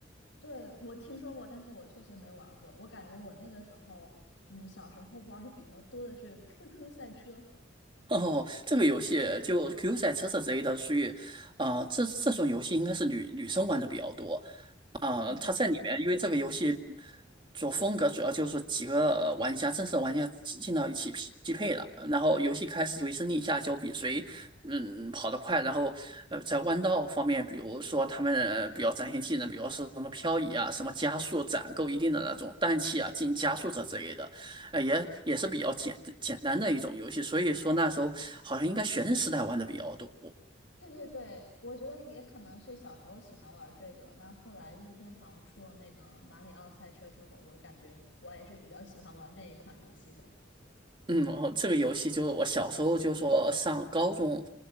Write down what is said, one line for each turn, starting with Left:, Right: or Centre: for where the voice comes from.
Left: 对，我听说过，但是我确实没玩儿过。我感觉我那个时候，嗯，小时候玩儿的比较多的是 QQ 赛车。
Right: 哦，这个游戏就 Q 赛车这之类的，属于，呃，这这种游戏应该是女女生玩的比较多。啊，
Left: 嗯，
Right: 它在里面，
Left: 对对
Right: 因为这个游戏主风格主要就是几个玩家，正式玩家进进到一起匹匹配了，然后游戏开始就一声令下，就比谁嗯跑得快，然后呃在弯道方面，比如说他们呃比较展现技能，比如说什么漂移啊，什么加速攒够一定的那种氮气啊，进行加速这之类的，呃也也是比较简简单的一种游戏，所以说那时候好像应该学生时代玩的比较多。
Left: 对对对，我觉得也可能是小时候喜欢玩儿这个。那后来任天堂出了那个马里奥赛车之后，我感觉我也是比较喜欢玩那一款游戏的。
Right: 嗯，哦，这个游戏就是我小时候就说上高中，